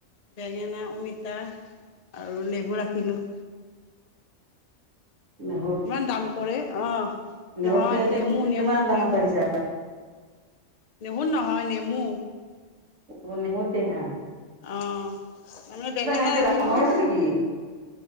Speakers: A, on the left; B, on the right.
A: বেঙেনা, অমিতা আৰু লেবু ৰাখিলোঁ।
B: নেহুৰ
A: ইমান দাম কৰে, অ।
B: নেহুৰ
A: নহয়, নেমু নেমু
B: কিমান দামত
A: নেমু,
B: লাগিছে
A: নেহু নহয় নেমু।
B: অ নেমু টেঙা।
A: অ মানে বেঙেনা
B: এতিয়া
A: ৰাখিলো।
B: দাম হৈ আছে নেকি?